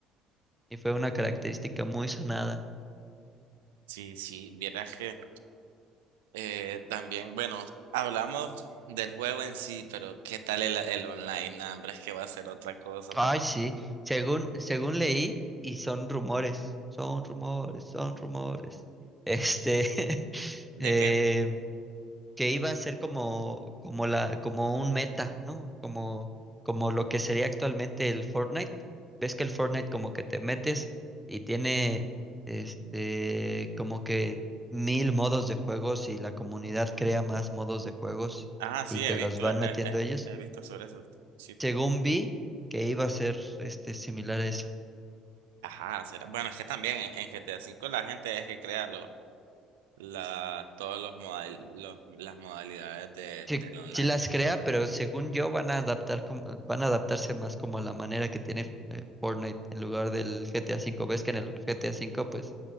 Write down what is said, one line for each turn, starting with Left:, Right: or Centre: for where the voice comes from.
Centre: Y fue una característica muy sonada.
Right: sí, sí, vieras que eh, también, bueno, hablamos del juego en sí, pero ¿qué tal el, el online? Nah, hombre, es que va a ser otra cosa también.
Centre: Ay, sí, según, según leí, y son rumores, son rumores, son rumores. Este, <laughs>
Right: ¿De
Centre: em,
Right: qué?
Centre: que iba a ser como, como la, como un meta, ¿no? Como, como lo que sería actualmente el Fortnite. Ves que el Fortnite como que te metes y tiene, este, como que mil modos de juegos y la comunidad crea más modos de juegos
Right: Ah, sí,
Centre: y te
Right: he visto,
Centre: los van
Right: eh,
Centre: metiendo
Right: eh,
Centre: ellos.
Right: he visto sobre eso, sí.
Centre: Llegó un B que iba a ser este similar a eso.
Right: Ajá, será. Bueno, es que también en, en GTA V la gente es que crea lo, la, todos los modal, los, las modalidades de,
Centre: Sí,
Right: del online.
Centre: sí las crea, pero según yo van a adaptar com- van a adaptarse más como a la manera que tiene eh, Fortnite en lugar del GTA V. Ves que en el GTA V pues